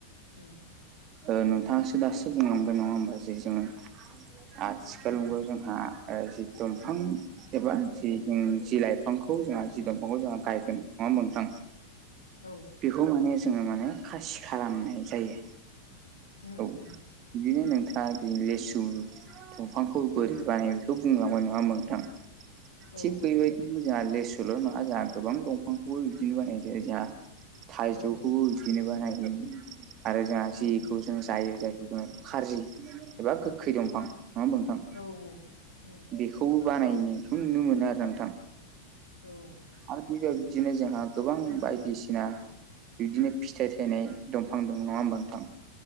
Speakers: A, on the left; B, on the right.
A: ओम।
B: ओ नोंथाङासो दासो बुंलांबाय नङा होमबा जे जोङो आथिखाल
A: उम
B: मुगायाव जों हा जि दंफां
A: उम
B: एबा जि जों जि लाइफांखौ जोंहा जि दंफांखौ जोंहा गायगोन नङा होमबा नोंथां?
A: औ।
B: बेखौ माने जोङो माने खासि खालामनाय जायो।
A: ओम
B: औ
A: ओम।
B: बिदिनो नोंथाङा दे लेसु दंफांखौ बोरै बानाय बेखौ बुंलांबाय नङा होमबा नोंथां?
A: औ
B: थिग बेबायदिनो जाहा लेसुल' नङा जाहा गोबां दंफांखौबो बिदिनो बानायनाय जायो जाहा। थाइजौखौबो
A: औ
B: बिदिनो बानाय आरो जाहा
A: उम
B: जिखौ जों जायो जायखौ जोङो खारजि एबा गोखै दंफां नङा होमबा नोंथां?
A: औ औ।
B: बेखौबो बानायनायखौ नुनो मोनो आरो नोंथां।
A: औ।
B: आरो बेबायदिनो जोंहा गोबां बायदिसिना बिदिनो फिथाइ थायनाय दंफां दं नङा होमबा नोंथां